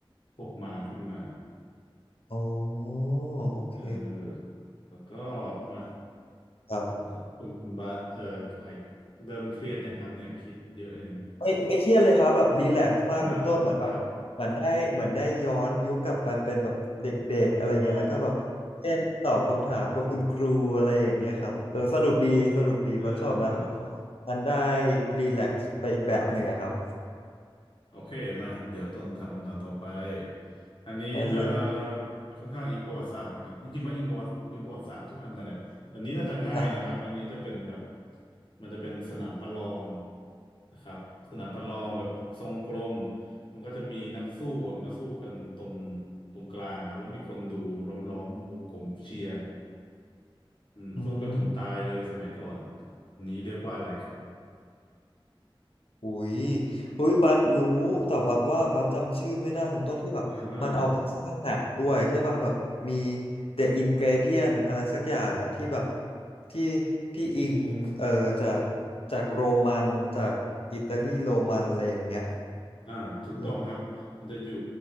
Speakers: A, on the left; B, on the left.
A: พวกม้าขึ้นมา
B: อ๋อโอเค
A: เออแล้วก็มา
B: ครับ
A: เดี๋ยวคุณคุณบาสเออหายเริ่มเครียดยังครับเนี่ยคิดเยอะเอง
B: ไม่ไม่เครียดเลยครับแบบรีแลกซ์มากคุณต้นเหมือนแบบเหมือนได้เหมือนได้ย้อนยุคกลับไปเป็นแบบเด็กๆอะไรเงี้ยแล้วก็แบบเล่นตอบคำถามกับคุณครูอะไรอย่างเงี้ยครับเออสนุกดีสนุกดีว่าชอบนะแบบ
A: อ่า <laughs> ครับ อ๋อเออครับ
B: มันได้รีแลกซ์ไปอีกแบบหนึ่งอะครับ
A: โอเคมาเดี๋ยวต้นถามคำถามต่อไปอันนี้จะ
B: ได้เลย
A: ค่อนข้างอิงประวัติศาสตร์เหมือนกันจริงๆว่าอิงประวัติอิงประวัติศาสตร์ทุกอันนั่นแหละแต่อันนี้น่าจะง่ายนะครับอันนี้จะเป็นแบบ
B: ครับ
A: มันจะเป็นสนามประลองนะครับสนามประลองแบบทรงกลมมันก็จะมีนักสู้อะมาสู้กันตรงตรงกลางครับแล้วมีคนดูล้อมล้อมวงกลมเชียร์อืมสู้กันถึงตายเลยสมัยก่อน
B: อืม
A: อันนี้เรียกว่าอะไรครับ
B: อุ้ยอุ้ยบัสรู้แต่บัสว่าบัสจำชื่อไม่ได้คนต้นที่แบบมันเอาไปสร้างหนังด้วยใช่ป่ะแบบมี
A: อ่า
B: The Ingredient อะไรสักอย่างอะที่แบบที่ที่อิงเอ่อจากจากโรมันจากอิตาลีโรมันอะไรอย่างเงี้ย
A: อ่าถูกต้องครับมันจะอยู่
B: เออ